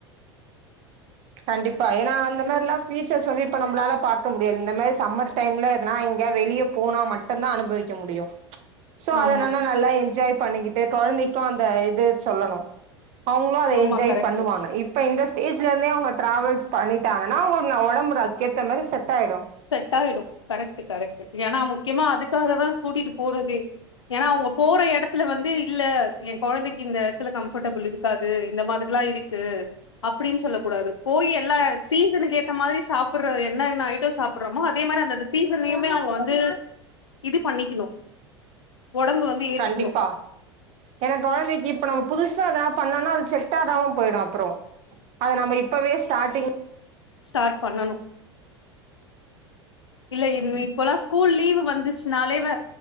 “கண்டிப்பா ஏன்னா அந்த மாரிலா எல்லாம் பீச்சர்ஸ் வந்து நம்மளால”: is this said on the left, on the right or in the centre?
Right